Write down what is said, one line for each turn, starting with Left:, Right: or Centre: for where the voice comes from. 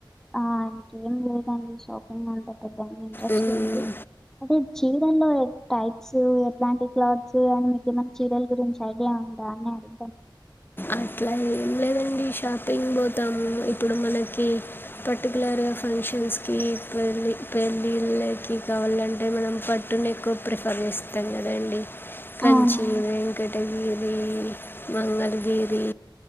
Centre: ఆ ఏం లేదండి షాపింగ్ లో అంతా పెద్ద ఇంట్రెస్ట్
Left: మ్మ్.
Centre: లేదు అదే చీరాల్లో టైప్స్ ఎట్లాంటి క్లాత్స్ అని మీకు ఏమన్నా చీరల గురించి ఐడియా ఉందా అని అది
Left: అట్లా ఏం లేదం డి షాపింగ్ పోతాము ఇప్పుడు మనకి పర్టికులర్ ఫంక్షన్స్ కి ల్లి పెళ్ళిళ్ళకి కావాలంటే మనం పట్టునేక్కువ ప్రిఫర్ చేస్తాం కదండి కంచిీ
Centre: అవునా
Left: వెంకటగిరి మంగళగిరి